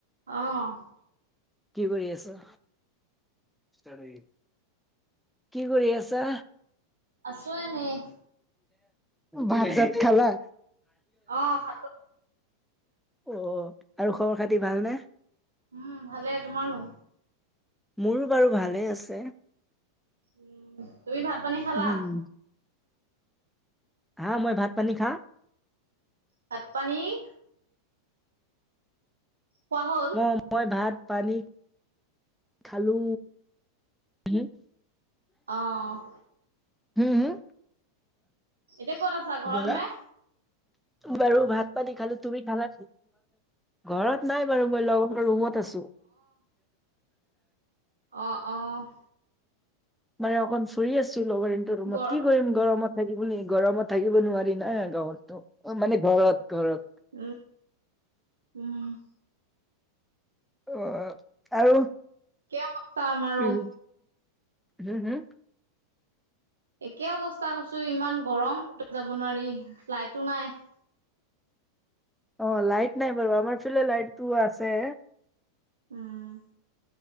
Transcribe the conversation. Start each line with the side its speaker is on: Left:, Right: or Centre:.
Right: অ'।
Centre: কি কৰি আছো? <unintelligible> কি কৰি আছা?
Right: আছো এনেই
Centre: ভাত চাত খালা?
Right: অ', খালো
Centre: অ' আৰু খবৰ খাতি ভাল নে?
Right: উম' ভালে, তোমাৰনো?
Centre: মোৰো বাৰু ভালে আছে।
Right: উম তুমি ভাত পানী খালা?
Centre: উম, হাঁ মই ভাত পানী খা-
Right: ভাত পানী- খোৱা হল।
Centre: অ' মই ভাত পানী- খালো। হুম
Right: অ',
Centre: হুম হুম।
Right: এতিয়া ক'ত আছা
Centre: কি
Right: ঘৰত
Centre: কলে?
Right: নে?
Centre: বাৰু ভাত পানী খালো, তুমি খালা? ঘৰত নাই বাৰু মই লগৰ ৰুমত আছো।
Right: অঁ অঁ'।
Centre: মানে অকণ ফুৰি আছো লগ ইনট ৰুমত
Right: গৰম
Centre: কি কৰিম গৰমত থাকি পিনি গৰমত থাকিব নোৱাৰি না। অ' মানে ঘৰত ঘৰত।
Right: উম উম'।
Centre: অ' আৰু
Right: একে অৱস্থা আমাৰো
Centre: উম হুম হুম'।
Right: একে অৱস্থা কৈছো ইমান গৰম কত যাব নোৱাৰি লাইটো নাই।
Centre: অ' লাইট নাই বাৰু আমাৰ ফালে লাইট টো আছে।
Right: উম,